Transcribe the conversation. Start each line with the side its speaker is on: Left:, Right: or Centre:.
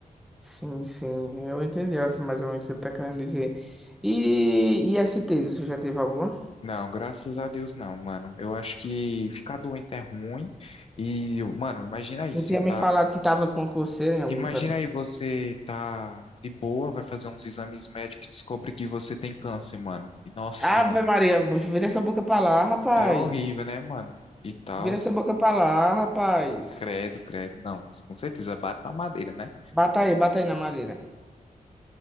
Centre: Sim, sim, eu entendi assim, mais ou menos o que você tá querendo dizer. E, e S t você já teve alguma?
Left: Não, graças a Deus não, mano. Eu acho que ficar doente é ruim. E, mano, imagina aí,
Centre: Tu
Left: você
Centre: tinha
Left: tá
Centre: me falado que tava com coceira em algum
Left: Imagina
Centre: canto. assim.
Left: aí você tá de boa, vai fazer uns exames médicos e descobre que você tem câncer, mano. E nossa,
Centre: Ave
Left: mano,
Centre: Maria, vira essa boca pra lá, rapaz.
Left: é horrível, né, mano? E tal,
Centre: Vira essa boca pra lá, rapaz.
Left: credo, credo. Não, com certeza bate na madeira, né?
Centre: Bata aí, bata aí na madeira.